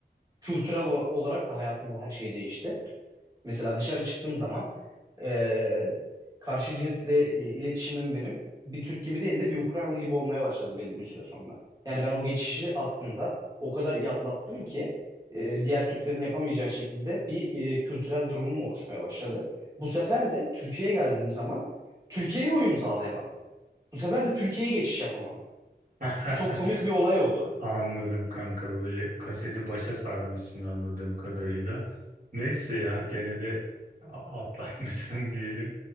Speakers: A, on the right (about 20°); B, on the right (about 50°).
A: Kültürel o- olarak da hayatımda her şey değişti. Mesela dışarı çıktığım zaman e, karşı cinsle e, iletişimim benim bir Türk gibi değil de bir Ukraynalı gibi olmaya başladı belli bir süre sonra. Yani ben o geçişi aslında o kadar iyi atlattım ki e, diğer Türklerin yapamayacağı şekilde bir e, kültürel durumum oluşmaya başladı. Bu sefer de Türkiye'ye geldiğim zaman Türkiye'ye uyum sağlayamadım. Bu sefer de Türkiye'ye geçiş yapamadım.
B: <laughs>
A: Çok komik bir olay oldu.
B: Anladım kanka böyle kaseti başa sarmışsın anladığım kadarıyla. Neyse ya gene de a- atlatmışsın <laughs> diyelim.